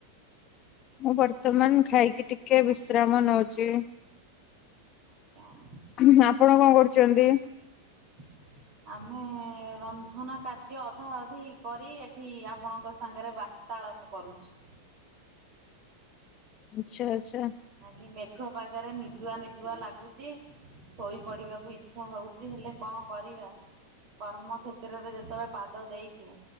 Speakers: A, on the left; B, on the right.
A: ମୁଁ ବର୍ତ୍ତମାନ ଖାଇକି ଟିକେ ବିଶ୍ରାମ ନଉଛି।
B: ଜ୍ଞା
A: ହୁଁ ଆପଣ କଣ କରୁଛନ୍ତି?
B: ହ ଆମେ ରନ୍ଧନ କାର୍ଯ୍ୟ ଅଧା ଅଧି କରି ଏଠି ଆପଣଙ୍କ ସାଙ୍ଗରେ ବା ତାଳବ କରୁଛୁ।
A: ଆଚ୍ଛା ଆଚ୍ଛା।
B: ଖାଲି ମେଘ ପାଗରେ ନିଦୁଆ ନିଦୁଆ ଲାଗୁଛି। ଶୋଇପଡିବାକୁ ଇଚ୍ଛା ହଉଛି ହେଲେ କଣ କରିବା। କର୍ମ କ୍ଷେତ୍ରରେ ଯେତେବେଳେ ପାଦ ଦେଇଛୁ